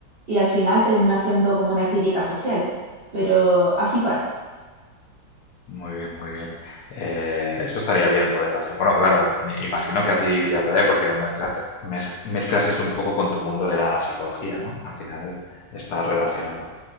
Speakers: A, on the right; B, on the left.
A: y al final termina siendo como una crítica social. Pero así Park,
B: muy bien, muy bien. Eh, esto estaría bien poderlo hacer. Bueno, claro, me imagino que a ti te atrae porque lo mezclas, mez- mezclas eso un poco con tu mundo de la psicología, ¿no? Al final está relacionado.